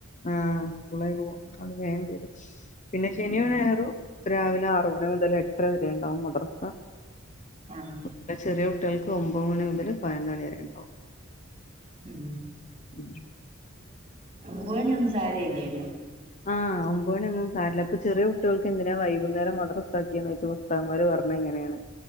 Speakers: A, on the left (about 35°); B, on the right (about 30°).
A: ആഹ് സ്കൂളേക്പോക, വേം വരും., പിന്നെ ശനിയും
B: ഉം
A: ഞായറും രാവിലെ ആറ് മണി മുതല് എട്ടര വരെണ്ടാവും മദ്രസ.
B: ആഹ്.
A: ന്റെ ചെറിയ കുട്ടിയേൾക്ക് ഒമ്പത് മണി മുതല് പതിനൊന്ന് മണി വരെണ്ടാവും.
B: ഉം
A: <unintelligible>
B: ഒമ്പണിയൊന്നും സാരയില്ലേനു
A: ആഹ്, ഒമ്പേണി ഒന്നും സാരല്ല. ഇപ്പൊ ചെറിയ കുട്ടിയൾക്ക് എന്തിനാ വൈകുന്നേരം മദ്റസ്സാക്കിയാ നോയ്ച്ചപ്പ. സ്താമാര് പറഞ്ഞത് ഇങ്ങനെണ്.